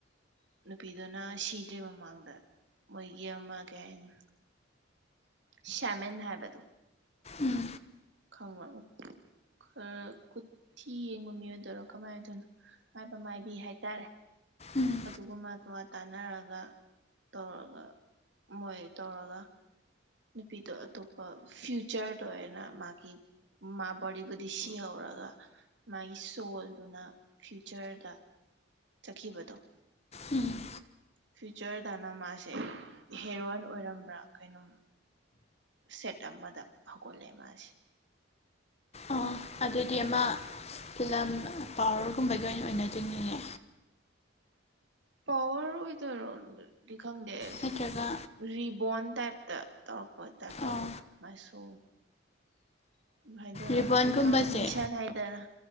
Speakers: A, on the right; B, on the left.
A: ꯅꯨꯄꯤꯗꯨꯅ ꯁꯤꯗ꯭ꯔꯤ ꯃꯃꯥꯡꯗ ꯃꯣꯏꯒꯤ ꯑꯃ ꯀꯩ ꯍꯥꯏꯅꯤ ꯁ꯭ꯌꯥꯃꯦꯟ ꯍꯥꯏꯕꯗꯣ
B: ꯎꯝ
A: ꯈꯪꯕꯔꯥ ꯈꯔ ꯀꯨꯊꯤ ꯌꯦꯡꯕ ꯃꯤ ꯑꯣꯢꯗꯣꯏꯔꯣ ꯀꯃꯥꯏ ꯑꯣꯢꯗꯣꯏꯅꯣ ꯃꯥꯏꯕ ꯃꯥꯏꯕꯤ ꯍꯥꯏꯇꯥꯔꯦ
B: ꯎꯝ
A: ꯑꯗꯨꯒ ꯃꯥ ꯇꯥꯟꯅꯔꯒ ꯇꯧꯔꯒ ꯃꯣꯏ ꯇꯧꯔꯒ ꯅꯨꯄꯤꯗꯣ ꯑꯇꯣꯞꯄ ꯐ꯭ꯌꯨꯆꯔꯗ ꯑꯣꯏꯅ ꯃꯥꯒꯤ ꯃꯥ ꯕꯣꯔꯗꯤꯕꯨꯗꯤ ꯁꯤꯍꯧꯔꯒ ꯃꯥꯒꯤ ꯁꯣꯜꯗꯨꯅ ꯐ꯭ꯌꯨꯆꯔꯗ ꯆꯥꯠꯈꯤꯕꯗꯣ
B: ꯎꯝ
A: ꯐ꯭ꯌꯨꯆꯔꯗꯅ ꯃꯥꯁꯦ ꯍꯦꯔꯣꯏꯟ ꯑꯣꯏꯔꯝꯕ꯭ꯔꯥ ꯀꯩꯅꯣꯝ ꯁꯦꯠ ꯑꯃꯗ ꯍꯧꯒꯠꯂꯛꯑꯦ ꯃꯥꯁꯤ
B: ꯑꯣ ꯑꯗꯨꯗꯤ ꯑꯃ ꯐꯤꯂꯝ ꯄꯥꯋ꯭ꯔꯒꯨꯝꯕꯒꯤ ꯑꯣꯏꯅ ꯑꯣꯏꯅꯗꯨꯏꯅꯤꯅꯦ
A: ꯄꯋꯥꯔ ꯑꯣꯏꯗꯣꯢꯔꯣ ꯗꯤ ꯈꯪꯗꯦ ꯁꯨꯝ
B: ꯅꯠꯇ꯭ꯔꯒ
A: ꯔꯤꯕꯣꯟ ꯇꯥꯏꯞꯇ ꯇꯧꯔꯛꯄ ꯇꯥꯏꯞ ꯇꯧꯕꯗꯣ
B: ꯑꯣ
A: ꯃꯥꯏ ꯁꯣꯜ ꯍꯥꯏꯗꯣꯔꯥ
B: ꯔꯤꯕꯣꯟꯒꯨꯝꯕꯁꯦ
A: ꯔꯤꯀꯥꯔꯅꯦꯁꯟ ꯍꯥꯏꯗꯣꯔꯥ